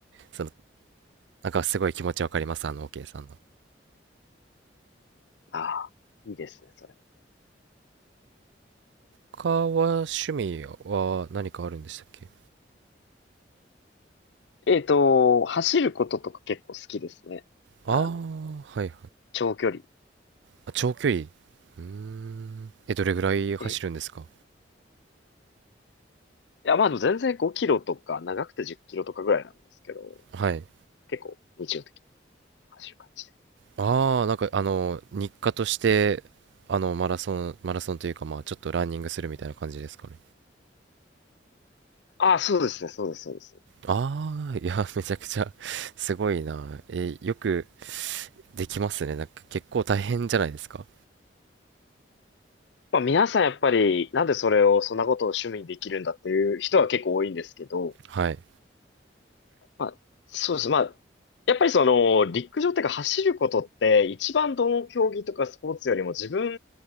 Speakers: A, on the right (about 75°); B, on the left (about 70°).
A: その、なんかすごい気持ちわかります、あの、OK さんの。
B: ああ、いいですね、それも。
A: 他は趣味は何かあるんでしたっけ
B: えっと、走ることとか結構好きですね。
A: ああー、
B: あの、
A: はいはい。
B: 長距離。
A: あ長距離。うーん。え、どれぐらい走るんですか
B: ええ。いや、まあでも全然5キロとか、長くて10キロとかぐらいなんですけど、
A: はい。
B: 結構日常的に走る感じで。
A: ああ、なんかあの、日課として、あの、マラソン、マラソンというか、まあ、ちょっとランニングするみたいな感じですかね。
B: ああ、そうですね、そうです、そうです。
A: ああ、いや、めちゃくちゃ <laughs> すごいな。え、よくできますね。なんか結構大変じゃないですか。
B: まあ、皆さんやっぱり、なんでそれを、そんなことを趣味にできるんだっていう人は結構多いんですけど、
A: はい。
B: まあ、そうです。まあ、やっぱりその、陸上っていうか走ることって、一番どの競技とかスポーツよりも自分、